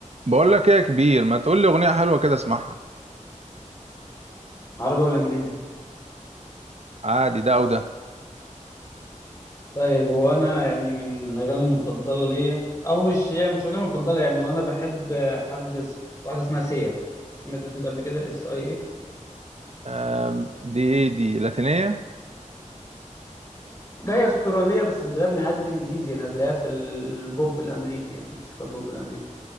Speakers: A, on the right (about 55°); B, on the left (about 25°).
A: بقول لك ايه يا كبير ما تقول لي اغنيه حلوه كده اسمعها
B: عربي ولا انجليزي
A: عادي ده او ده
B: طيب هو انا يعني من الاغاني المفضله ليا او مش هي مش اغنيه مفضله يعني وانا بحب حد اس- واحده اسمها سيا سمعت الاسم ده قبل كده اس اي اي
A: أم، دي ايه دي لاتينيه
B: ده هي استراليه بس بتغني عادي انجليزي يعني هتلاقيها في البوب الامريكي يعني موسيقى البوب الامريكي